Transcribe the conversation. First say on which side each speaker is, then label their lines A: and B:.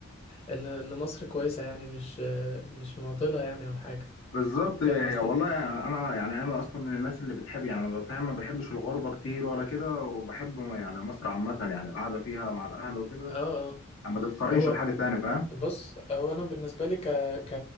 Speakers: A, on the left (about 30°); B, on the left (about 90°).
A: ان ان مصر كويسة يعني مش مش معضلة يعني او حاجة
B: بالظبط
A: فاهم
B: هي
A: قصدي
B: والله يعني انا يعني انا اصلا من الناس اللي بتحب يعني ما بفهم ما بحبش الغربه كتير ولا كده وبحب يعني مصر عامه يعني القعده فيها مع الاهل وكده
A: اه اه
B: يعني ما تتقارنش
A: هو
B: بحاجه تانية فاهم
A: بص هو انا بالنسبه لي ك... ك...